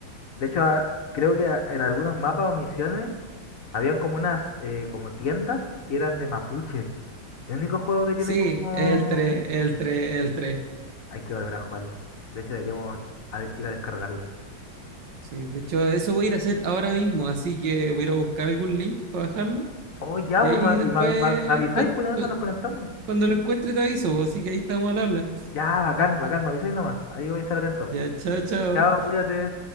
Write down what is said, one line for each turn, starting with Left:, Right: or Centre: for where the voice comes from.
Left: De hecho, a- creo que a- en algunos mapas o misiones habían como unas eh, como tiendas que eran de mapuche. El único juego que tiene
Right: Sí,
Left: como
Right: el tres el tres el tres
Left: Hay que volver a jugarlo. De hecho, deberíamos a- ir a descargarlo.
Right: Sí, de hecho, eso voy a ir a hacer ahora mismo, así que voy a ir a buscar algún link para bajarlo
Left: Oh, ya,
Right: Y
Left: voy,
Right: ahí después,
Left: y me, me- me avisáis,
Right: cuan-
Left: pues, en
Right: cuan-
Left: esa nos conectamos.
Right: cuando, lo encuentre, te aviso, pues, así que ahí estamos al habla.
Left: Ya, bacán, bacán, me avisáis nomás. Ahí voy a estar atento.
Right: Ya, chao, chao.
Left: Chao, cuídate.